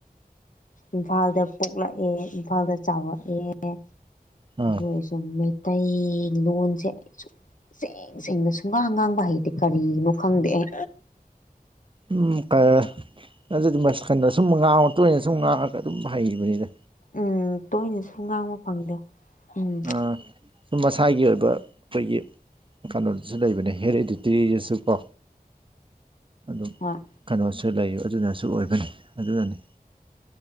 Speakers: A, on the left; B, on the right.
A: ꯏꯝꯐꯥꯜꯗ ꯄꯣꯛꯂꯛꯑꯦ ꯏꯝꯐꯥꯜꯗ ꯆꯥꯎꯔꯛꯑꯦ
B: ꯑꯥ
A: <unintelligible> ꯑꯇꯩ ꯂꯣꯟꯁꯦ ꯁꯨꯛꯁꯦꯡ ꯁꯦꯡꯅ ꯁꯨꯡꯉꯥꯡ ꯉꯥꯡꯕ ꯍꯩꯇꯦ ꯀꯔꯤꯒꯤꯅꯣ ꯈꯪꯗꯦꯑꯦ
B: ꯎ ꯑꯗꯨꯗꯤꯁꯩꯅꯗꯣ ꯁꯨꯝ ꯉꯥꯡ ꯇꯣꯏꯅ ꯁꯨꯝ ꯉꯥꯡꯉꯒ ꯑꯗꯨꯝ ꯍꯩꯕꯅꯤꯗ
A: ꯎꯝ ꯇꯣꯏꯅꯁꯨ ꯉꯥꯡꯕ ꯐꯪꯗꯦ ꯎꯝ
B: ꯑ ꯁꯨꯝ ꯃꯁꯥꯒꯤ ꯑꯣꯏꯕ ꯑꯩꯈꯣꯏꯒꯤ ꯀꯩꯅꯣꯗꯨꯁꯨ ꯂꯩꯕꯅꯦ ꯍꯦꯌꯔ ꯏꯗꯤꯇꯔꯤꯗꯁꯨ ꯀꯣ <inaudible> ꯑꯗꯨꯝ
A: ꯍꯣꯏ
B: ꯀꯩꯅꯣꯁꯨ ꯂꯩꯕ ꯑꯗꯨꯅꯁꯨ ꯑꯣꯏꯕꯅꯤ ꯑꯗꯨꯅꯅꯤ